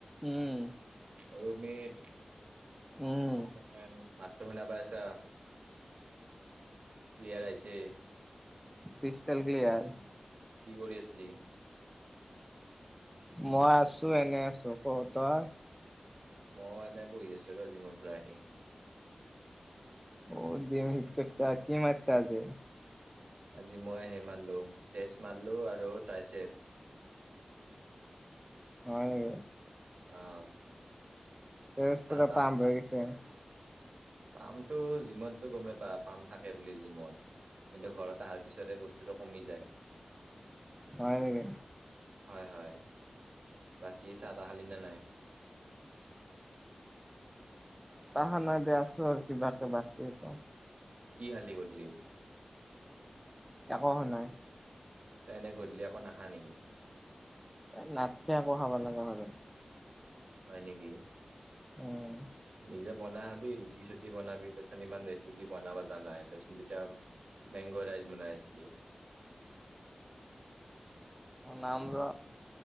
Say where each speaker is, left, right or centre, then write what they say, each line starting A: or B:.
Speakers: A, in the centre; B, on the right (about 85°).
A: উম
B: উৰুমিত
A: উম,
B: এক চেকেণ্ড মাতটো শুনা পাইছা <unintelligible> ক্লিয়াৰ আহিছে
A: পিষ্টল ক্লিয়াৰ
B: কি কৰি আছিলি
A: মই আছো এনে আছো ক তই
B: মই এনে বহি আছো ৰ জিমৰ পৰা আহি <unintelligible> <unintelligible>
A: অ যেমহিত কছাহ কি মাৰছা আজি <unintelligible>
B: আজি মই সেই মাৰিলোঁ ষ্টেজ মাৰলোঁ আৰু টাইছেপ <unintelligible> <inaudible>
A: হয়
B: অ
A: তেছ
B: চাহ
A: পুৰা
B: তাহ
A: পাম হৈ গৈছে <unintelligible>
B: পামটো জিমততো গমেই পা পাম থাকে বুলি জিমত কিন্তু ঘৰত অহাৰ পিছতে বস্তুটো কমি যায়
A: হয় নেকি
B: হয় হয় বাকী চাহ তাহ খালী নে নাই
A: খানাতে আছো আৰু কিবা এটা বাচি আছো
B: কি হালি কৰিলি <unintelligible>
A: একো হোৱা নাই
B: তনে গধূলি আকৌ নাহা নেকি
A: এ নাটকে আকৌ খাব লাগা হয় <unintelligible> <unintelligible>
B: হয় নেকি
A: উম
B: নিজ যে বনাই হাবি ৰুটি চুটি বনাবি তাৰপিছত ইমান ৰেচিপি বনাবা জানাই তই চোন যেতিয়াও <unintelligible> বেংগ'ৰাইজ বনাই আছিলি
A: নাম ৰ